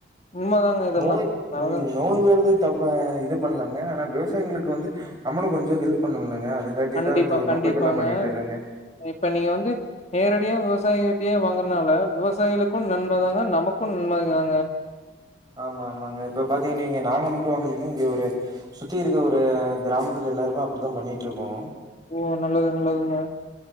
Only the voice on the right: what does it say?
நோய்
ம் நோய் வரது தப்ப இது பண்லாங்க ஆனா விவசாயிகளுக்கு வந்து நம்ளு கொஞ்சோ ஹெல்ப் பண்ணுலங்க அதுங்காட்டி
தா வந்து ஒரு நோக்கத்துல
பண்ணிட்ருக்கேங்க
ஆமா ஆமாங்க இப்ப பாத்தீங்கன்ன நீங்க நாங்க மட்டு வாங்ளைங்க இங்க ஒரு சுத்தி இருக்க ஒரு கிராமத்துல எல்லாருமே அப்டித்தா பண்ணிட்ருக்கோ